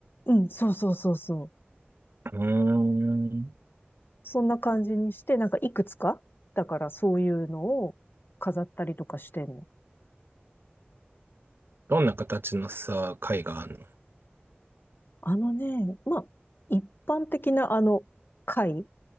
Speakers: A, on the left; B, on the right.
A: うん、そうそうそうそう。
B: うーん。
A: そんな感じにして、なんかいくつか、だからそういうのを飾ったりとかしてんの。
B: どんな形のさ、貝がある
A: あのね、まあ、一般的なあの、貝